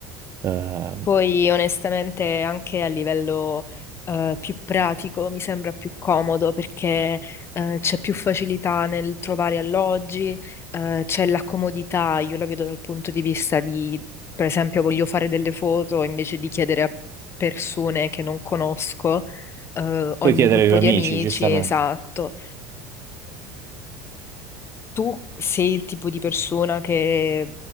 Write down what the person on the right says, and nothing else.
Eh,
puoi
chiedere
ai tuoi
amici,
giustamente.